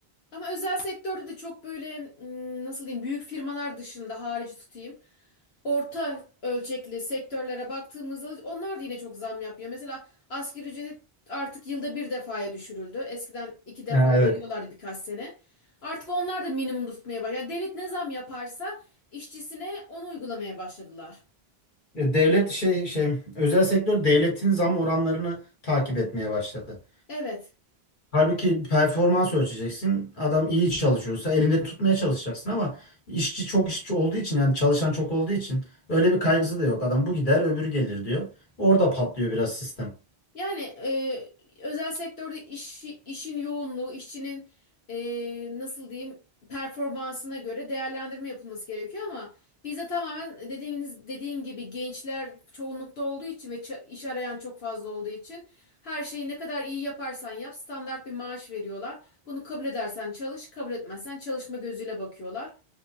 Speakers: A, on the left; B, on the left.
A: Ama özel sektörde de çok böyle ım, nasıl diyeyim büyük firmalar dışında harici tutayım. Orta ölçekli sektörlere baktığımızda onlar da yine çok zam yapmıyor. Mesela asgari ücret artık yılda bir defaya düşürüldü. Eskiden iki defa
B: Ha,
A: veriyorlardı
B: evet.
A: birkaç sene. Artık onlar da minimum tutmaya başladı. Yani devlet ne zam yaparsa işçisine onu uygulamaya başladılar.
B: E, Devlet şey şey özel sektör devletin zam oranlarını takip etmeye başladı.
A: Evet.
B: Halbuki performans ölçeceksin. Adam iyi çalışıyorsa elinde tutmaya çalışacaksın ama işçi çok işçi olduğu için yani çalışan çok olduğu için öyle bir kaygısı da yok. Adam bu gider öbürü gelir diyor. Orada patlıyor biraz sistem.
A: Yani e, özel sektörde iş, işin yoğunluğu, işçinin e, nasıl diyeyim performansına göre değerlendirme yapılması gerekiyor ama bizde tamamen dediğiniz dediğim gibi gençler çoğunlukta olduğu için ve ça- iş arayan çok fazla olduğu için her şeyi ne kadar iyi yaparsan yap standart bir maaş veriyorlar. Bunu kabul edersen çalış, kabul etmezsen çalışma gözüyle bakıyorlar.